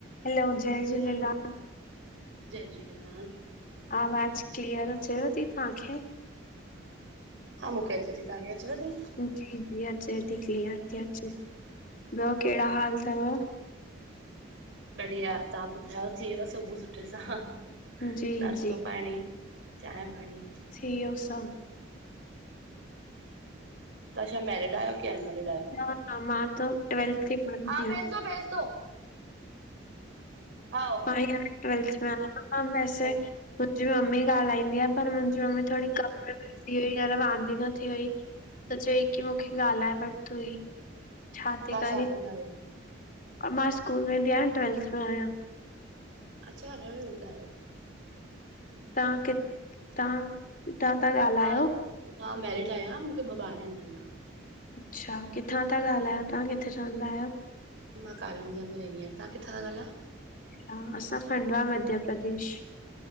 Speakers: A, on the left; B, on the right.
A: हलो, जय झूलेलाल।
B: हलो, जय झूलेलाल।
A: आवाज क्लीअर अचेव ती तांखे?
B: हा मूंखे अचे ती, तव्हांखे अचेव ती?
A: जी -जी अचे ती, क्लीयर ती अचे, ॿियो कहिड़ा हाल तव?
B: बढ़िया तां ॿुधायो? थी व सुबूह सुठे सां हां-हां,
A: जी,
B: नास्तो
A: जी,
B: पाणी, चाहिं पाणी।
A: थीयो स
B: तां छा मैरिड आयो, कि अन मैरिड?
A: न, न मां त ट्वेल्थ थी पढ़ी आहियां,
B: हा भेज दो, भेज दो, हाओ हाओ
A: आई आं ट्वेल्थ आं- मां मेसेज,
B: हाओ,
A: मुजी मम्मी ॻाल्हाईंदी आ, पर मुंजी मम्मी थोड़ी काम विजी थी वई आ, त वांंदी द थी वई, त चई की मूंखे ॻाल्हाए वढ तूही, छा ती
B: तव्हां
A: करी?
B: कंदा आहियो?
A: मां स्कूल वेंदी आयां, ट्वेल्थ में आयां।
B: अच्छा घर वेदां आयो तां,
A: तव्हां कि तां तां-तां ॻाल्हायो?
B: मां मां मैरिड आहियां, मूंखे ॿ ॿार आहिनि नंढा,
A: अच्छा किथां ता ॻाल्हायो तहां किथे रहंदा आहियो?
B: मां कारनिया मे रहींदी आंयां, तां किथां त ॻालायो?
A: हा असां खंडवा मध्य प्रदेश।